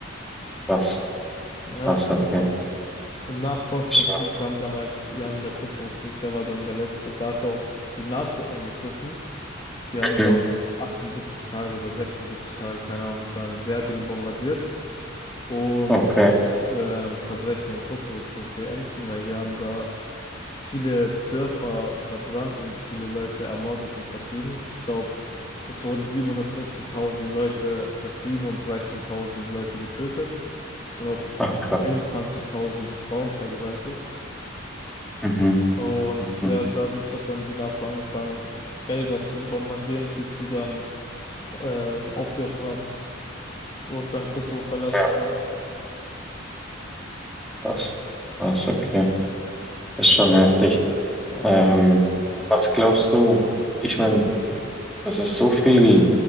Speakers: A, in the centre; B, on the left.
A: Krass.
B: Ja,
A: Krass, okay.
B: das, Und nach Bosnienkrieg
A: Verstehe.
B: kam dann halt ähm, der Kosovo-Krieg, der war dann der letzte. Da hat auch die NATO eingegriffen. Die haben,
A: Mhm.
B: glaube ich, 78 Tage oder 76 Tage, keine Ahnung, dann Serbien bombardiert um
A: Okay.
B: das ähm, Verbrechen in Kosovo zu beenden, weil die haben da viele Dörfer verbrannt und viele Leute ermordet und vertrieben. Ich glaube, es wurden 750.000 Leute vertrieben und 13.000 Leute getötet und auch
A: Ach, krass.
B: 24.000 Frauen vergewaltigt.
A: Mhm,
B: Und
A: mhm.
B: ja, dadurch hat dann die NATO angefangen, Belgrad zu bombardieren, bis sie dann ähm, aufgehört haben und dann Kosovo verlassen
A: Ja,
B: haben.
A: krass. Krass, okay. Ist schon heftig.
B: Ja.
A: Ähm, was glaubst du? Ich meine, das ist so viel